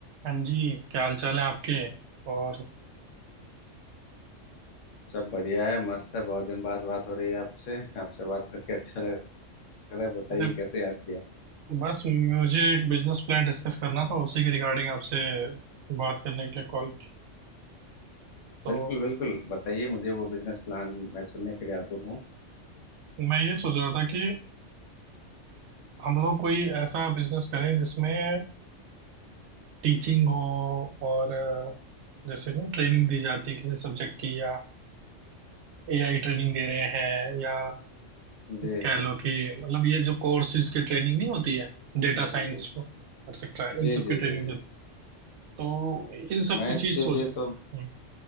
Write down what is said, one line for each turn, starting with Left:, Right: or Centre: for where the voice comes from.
Right: हाँ जी क्या हाल चाल है आपके और
Left: सब बढ़िया है मस्त है बहुत दिन बाद बात हो रही है आपसे आपसे बात करके अच्छा लग रहा है बताइए
Right: अरे
Left: कैसे याद किया
Right: बस मुझे एक बिजनेस प्लान डिस्कस करना था उसी के रिगार्डिंग आपसे बात करने के लिए कॉल की तो
Left: बिल्कुल बिल्कुल बताइए मुझे वो बिजनेस प्लान मैं सुनने के लिए आतुर हूँ
Right: मैं ये सोच रहा था कि हम लोग कोई ऐसा बिजनेस करें जिसमें टीचिंग हो और अ, जैसे नहीं ट्रेनिंग दी जाती है किसी सब्जेक्ट की या एआई ट्रेनिंग दे रहे हैं या
Left: जी
Right: कह
Left: जी
Right: लो कि मतलब ये जो कोर्सेज की ट्रेनिंग नहीं होती है डेटा
Left: जी
Right: साइंस
Left: जी
Right: एक्सेट्रा
Left: जी
Right: इन सब
Left: जी
Right: की ट्रेनिंग
Left: जी जी
Right: जो तो इन सब
Left: मैं
Right: की
Left: इसके
Right: चीज सोच
Left: लिए
Right: रहा
Left: तो
Right: हूँ